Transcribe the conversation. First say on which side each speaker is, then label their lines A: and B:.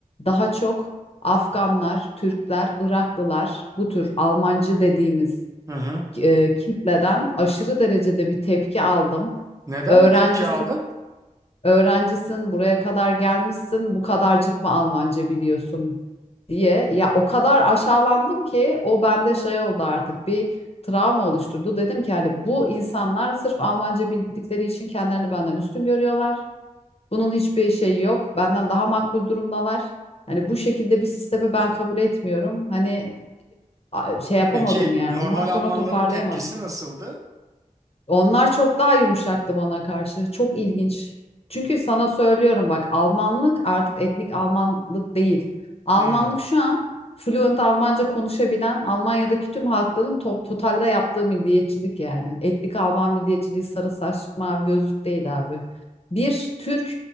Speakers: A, on the left; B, on the right.
A: daha çok Afganlar, Türkler, Iraklılar, bu tür Almancı dediğimiz
B: hı hı.
A: e, kitleden aşırı derecede bir tepki aldım.
B: Neden
A: Öğrencisi
B: tepki aldın?
A: öğrencisin, buraya kadar gelmişsin, bu kadarcık mı Almanca biliyorsun diye. Ya o kadar aşağılandım ki o bende şey oldu artık bir travma oluşturdu. Dedim ki hani bu insanlar sırf Almanca bildikleri için kendilerini benden üstün görüyorlar. Bunun hiçbir şeyi yok. Benden daha makbul durumdalar. Hani bu şekilde bir sistemi ben kabul etmiyorum. Hani a- şey yapamadım
B: Peki
A: yani.
B: normal
A: Ondan sonra
B: Almanların
A: toparlayamadım.
B: tepkisi nasıldı?
A: Onlar çok daha yumuşaktı bana karşı. Çok ilginç. Çünkü sana söylüyorum bak Almanlık artık etnik Almanlık değil. Almanlık
B: Hı.
A: şu an fluent Almanca konuşabilen Almanya'daki tüm halkların top, totalde yaptığı milliyetçilik yani. Etnik Alman milliyetçiliği sarı saçlık mavi gözlük değil abi. Bir Türk